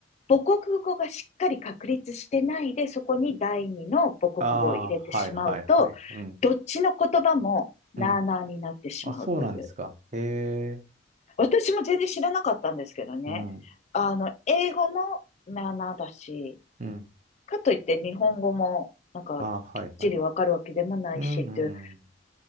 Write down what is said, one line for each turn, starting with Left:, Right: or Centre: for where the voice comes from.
Left: 母国語がしっかり確立してないで、そこに第二の母国語を入れてしまうと、
Right: ああ、はいはいはい。うん。
Left: どっちの言葉もなあなあになってしまうという。
Right: うん。あ、そうなんですか。へえ。
Left: 私も全然知らなかったんですけどね。
Right: うん。
Left: あの、英語もなあなあだし、
Right: うん。
Left: かといって日本語もなんかきっちりわかるわけでもないしっていう。
Right: ああ、はいはい。うん。うん。